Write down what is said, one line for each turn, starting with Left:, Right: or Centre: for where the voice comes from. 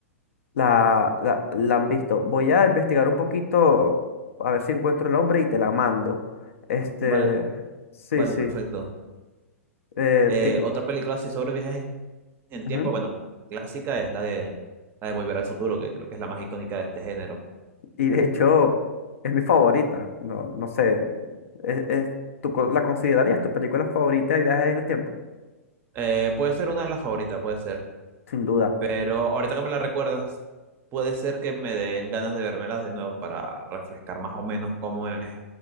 Left: La, la, la han visto. Voy a investigar un poquito, a ver si encuentro el nombre y te la mando. Este,
Right: Vale,
Left: sí,
Right: vale,
Left: sí.
Right: perfecto.
Left: eh,
Right: Eh,
Left: te que-
Right: otra película así sobre viajes en el
Left: ujú,
Right: tiempo, bueno, clásica es la de, la de Volver al Futuro, que creo que es la más icónica de este género.
Left: Y de hecho, es mi favorita. No, no sé, es, es- ¿tú co- la considerarías tu película favorita de viajes en el tiempo?
Right: Eh, puede ser una de las favoritas, puede ser.
Left: Sin duda.
Right: Pero ahorita que me la recuerdas, puede ser que me den ganas de vermelas de nuevo para refrescar más o menos cómo es